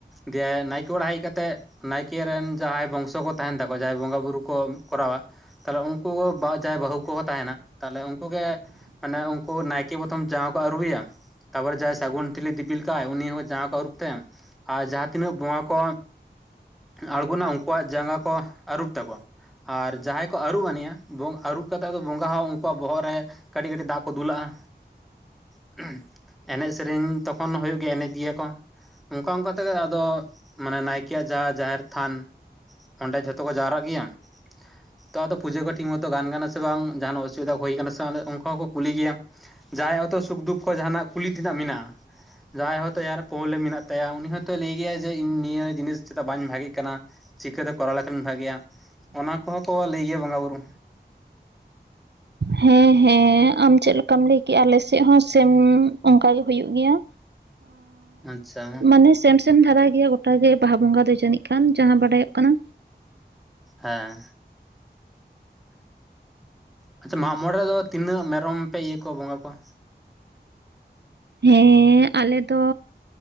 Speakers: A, in the centre; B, on the right.
A: ᱫᱤᱭᱮ ᱱᱟᱭᱠᱮ ᱚᱲᱟᱜ ᱦᱮᱡ ᱠᱟᱛᱮᱫᱼᱼ ᱱᱟᱭᱠᱮ ᱨᱮᱱ ᱡᱟᱦᱟᱸᱭ ᱵᱚᱝᱥᱚ ᱠᱚ ᱛᱟᱦᱮᱱ ᱛᱟᱠᱚᱣᱟ ᱡᱟᱦᱟᱸᱭ ᱵᱚᱸᱜᱟ ᱵᱩᱨᱩ ᱠᱚ ᱠᱚᱨᱟᱣᱟ, ᱛᱟᱦᱚᱞᱮ ᱩᱱᱠᱩ ᱵᱟ ᱡᱟᱦᱟᱸᱟᱭ ᱵᱟᱹᱦᱩ ᱠᱚᱦᱚᱸ ᱛᱟᱦᱮᱱᱟ, ᱛᱟᱦᱚᱞᱮ ᱩᱱᱠ ᱜᱮ ᱢᱟᱱᱮ ᱩᱱᱠᱩ ᱱᱟᱭᱠᱮ ᱯᱨᱚᱛᱷᱚᱢ ᱡᱟᱦᱟᱸᱭ ᱠᱚ ᱟᱹᱨᱩᱭᱟ, ᱛᱟᱨᱯᱚᱨᱮ ᱡᱟᱦᱟᱸᱭ ᱥᱟᱹᱜᱩᱱ ᱴᱷᱤᱞᱤ ᱫᱤᱯᱤᱞ ᱠᱟᱜᱟᱭ ᱩᱱᱤ ᱦᱚᱸ ᱡᱟᱜᱟ ᱠᱚ ᱟᱹᱨᱩᱵ ᱛᱟᱭᱟ᱾ ᱟᱨ ᱡᱟᱦᱟᱸ ᱛᱤᱱᱟᱹᱜ ᱵᱚᱸᱜᱟ ᱠᱚ ᱟᱬᱜᱳᱱᱟ ᱩᱱᱠᱩᱣᱟᱜ ᱡᱟᱸᱜᱟ ᱠᱚ ᱟᱹᱨᱩᱵ ᱛᱟᱠᱚᱣᱟ᱾ ᱟᱨ ᱡᱟᱦᱟᱸᱭ ᱠᱚ ᱟᱹᱨᱩᱵ ᱟᱱᱤᱡᱼᱟ, ᱟᱹᱨᱩᱵ ᱠᱟᱛᱮᱫ ᱫᱚ ᱵᱚᱸᱜᱟ ᱦᱚᱸᱼᱼ ᱟᱠᱚᱣᱟᱜ ᱵᱚᱦᱚᱜ ᱨᱮ ᱠᱟᱹᱴᱤᱡ ᱠᱟᱹᱴᱤᱡ ᱫᱟᱜ ᱠᱚ ᱫᱩᱞᱟᱜᱼᱟ᱾ <unintelligible> ᱮᱱᱮᱡ ᱥᱮᱨᱮᱧ ᱛᱚᱠᱷᱚᱱ ᱦᱩᱭᱩᱜ ᱜᱮᱭᱟ ᱮᱱᱮᱡ ᱜᱮᱭᱟ ᱠᱚ᱾ ᱚᱱᱠᱟ ᱚᱱᱠᱟ ᱛᱮᱜᱮ ᱟᱫᱚ ᱢᱟᱱᱮ ᱱᱟᱭᱠᱮᱭᱟᱜ ᱡᱟᱦᱟᱸ ᱡᱟᱦᱮᱨ ᱛᱷᱟᱱ, ᱚᱸᱰᱮ ᱡᱷᱚᱛᱚ ᱠᱚ ᱡᱟᱣᱨᱟᱜ ᱜᱮᱭᱟ, ᱛᱚ ᱟᱫᱚ ᱯᱩᱡᱟᱹ ᱠᱚ ᱴᱷᱤᱠ ᱢᱚᱛᱚ ᱜᱟᱱ ᱠᱟᱱᱟ ᱥᱮ ᱵᱟᱝ, ᱡᱟᱦᱱᱟᱜ ᱪᱤᱫᱟ ᱦᱩᱭᱭᱟ ᱠᱟᱱᱟ ᱥᱮ ᱚᱱᱠᱟ ᱦᱚᱸᱠᱚ ᱠᱩᱞᱤ ᱜᱮᱭᱟ, ᱡᱟᱦᱟᱸᱭ ᱚᱛᱚ ᱥᱩᱠᱼᱫᱩᱠ ᱠᱚ ᱡᱟᱦᱟᱱᱟᱜ ᱠᱩᱞᱤ ᱛᱮᱱᱟᱜ ᱢᱮᱱᱟᱜᱼᱟ᱾ ᱡᱟᱦᱟᱸᱭ ᱦᱚᱛᱚ ᱟᱭᱟᱜ ᱯᱨᱚᱵᱞᱮᱢ ᱢᱮᱱᱟᱜ ᱛᱟᱭᱟ ᱩᱱᱤ ᱦᱚᱭᱛᱚ ᱞᱟᱹᱭ ᱜᱮᱟᱭ ᱡᱮ ᱤᱧ ᱱᱤᱭᱟᱹ ᱡᱤᱱᱤᱥ ᱪᱮᱫᱟᱜ ᱵᱟᱹᱧ ᱵᱷᱟᱜᱤ ᱠᱟᱱᱟ᱾ ᱪᱤᱠᱟᱹᱛᱮ ᱠᱚᱨᱟᱣ ᱞᱮᱠᱷᱟᱱᱟᱱ ᱵᱷᱟᱜᱭᱟ, ᱚᱱᱟ ᱠᱚᱦᱚᱸ ᱠᱚ ᱞᱟᱹᱭ ᱜᱮᱭᱟ ᱵᱚᱸᱜᱟ ᱵᱩᱨᱩ᱾
B: ᱦᱮᱸ ᱦᱮᱸ ᱟᱢ ᱪᱮᱫ ᱞᱮᱠᱟᱢ ᱞᱟᱹᱭᱠᱮᱜᱼᱟ ᱟᱞᱮᱥᱮᱫᱼᱼ ᱦᱚᱸ ᱥᱮ ᱚᱱᱠᱟ ᱜᱮ ᱦᱩᱭᱩᱜ ᱜᱮᱭᱟ
A: ᱟᱪᱪᱷᱟ
B: ᱢᱟᱱᱮ ᱥᱮᱢ ᱮᱢ ᱫᱷᱟᱨᱟᱭ ᱜᱮᱭᱟ ᱜᱚᱴᱟᱜ ᱜᱮ ᱵᱟᱦᱟ ᱵᱚᱸᱜᱟ ᱫᱚ ᱡᱟᱹᱱᱤᱡ ᱠᱟᱱ ᱡᱟᱦᱟᱸ ᱵᱟᱰᱟᱭᱚᱜ ᱠᱟᱱᱟ᱾
A: ᱦᱮᱸ, ᱟᱪᱪᱷᱟ ᱢᱟᱜ ᱢᱚᱬᱮ ᱨᱮᱫᱚ ᱛᱤᱱᱟᱹᱜ ᱢᱮᱨᱚᱢ ᱯᱮ ᱤᱭᱟᱹ ᱠᱚᱣᱟ ᱵᱚᱸᱜᱟ ᱠᱚᱣᱟ?
B: ᱦᱮᱸᱻ ᱟᱞᱮ ᱫᱚ